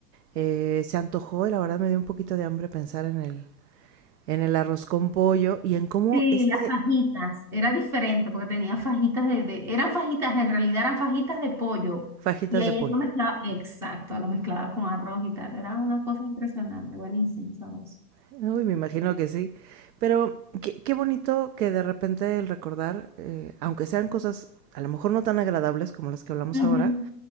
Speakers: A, on the right (about 70°); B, in the centre.
A: eh, se antojó y la verdad me dio un poquito de hambre pensar en el, en el arroz con pollo y en cómo
B: Sí,
A: este
B: las fajitas. Era diferente porque tenía fajitas de, de- Eran fajitas, en realidad eran fajitas de pollo.
A: fajitas
B: Y ahí
A: de pollo.
B: lo mezclaba, exacto, lo mezclaba con arroz y tal. Era una cosa impresionante, buenísimo, sabroso.
A: Uy, me imagino que sí. Pero qué, qué bonito que de repente el recordar, eh, aunque sean cosas a lo mejor no tan agradables como las que hablamos
B: Ujú.
A: ahora,